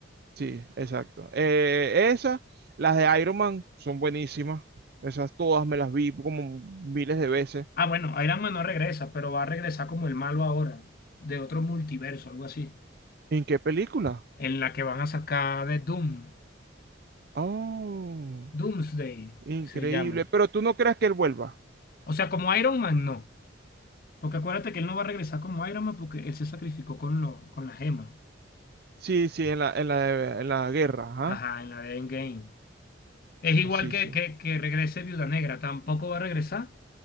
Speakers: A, on the right (about 55°); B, on the left (about 50°).
A: sí, exacto. Eh, esas, las de Iron Man son buenísimas, esas todas me las vi como miles de veces.
B: Ah, bueno, Iron Man no regresa, pero va a regresar como el malo ahora, de otro multiverso, algo así,
A: ¿En qué película?
B: en la que van a sacar de Doom.
A: Oh,
B: Doomsday
A: increíble,
B: se llama.
A: pero tú no creas que él vuelva.
B: O sea, como Iron Man no, porque acuérdate que él no va a regresar como Iron Man porque él se sacrificó con, lo, con la gema.
A: Sí, sí, en la, en la, en la guerra, ajá.
B: Ajá, en la de Endgame. Es igual
A: Sí,
B: que,
A: sí.
B: que, que regrese Viuda Negra, tampoco va a regresar